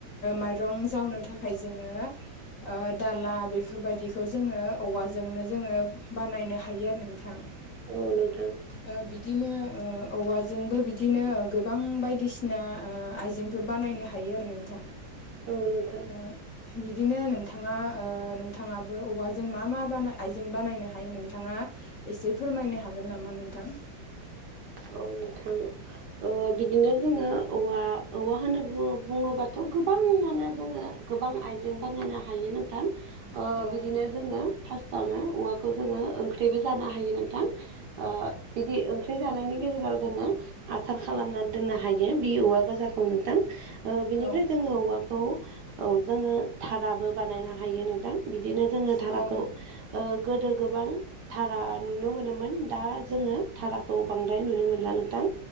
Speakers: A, on the left; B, on the right.
A: माइरं जावनो थाखाय जोङो ओ दाला बेफोरबायदिखौ जोङो औवाजोंनो जोङो बानायनो हायो आरो नोंथां।
B: औ नोंथां।
A: ओ बिदिनो ओ औवाजोंबो बिदिनो गोबां बायदिसिना ओ आइजेंफोर बानायनो हायो आरो नोंथां।
B: औ नोंथां
A: ओ बिदिनो नोंथाङा ओ नोंथाङाबो औवाजों मा मा बानाय मा मा आइजें बानायनो हायो नोंथाङा एसे फोरमायनो हागोन नामा नोंथां।
B: औ नोंथां। ओ बिदिनो जोङो औवा औवा होनना बु बुङोबाथ' गोबाङानो जोङो गोबां आइजें बानायनो हायो नोंथां ओ
A: औ
B: बिदिनो जोङो फारसतावनो औलाद ओंख्रिबो जानो नोंथां ओ बिदि ओंख्रि जानायनि गेजेराव जोङो आसार खालामनानै दोननो हायो बि औवा गोजाखौ नोंथां। ओ बेनिफ्राय
A: औ
B: जोङो औवाखौ औ जोङो धाराबो बानायनो हायो नोंथां। बिदिनो जोङो धाराखौ
A: औ नोंथां
B: ओ गोदो गोबां धारा नुनो मोनोमोन दा जोङो धाराखौ बांद्राय नुनो मोनला नोंथां